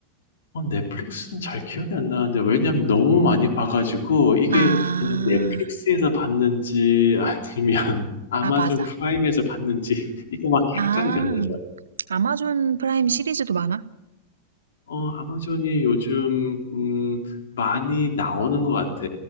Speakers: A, on the left; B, on the right.
A: 어, 넷플릭스는 잘 기억이 안 나는데, 왜냐면 너무 많이 봐가지고, 이게
B: 아,
A: 내가 넷플릭스에서 봤는지, 아니면 <laughs> 아마존
B: 아 맞아.
A: 프라임에서 봤는지, 이거 막
B: 아,
A: 헷갈려, 내가.
B: 아마존 프라임 시리즈도 많아?
A: 어, 아마존이 요즘, 음, 많이 나오는 것 같아.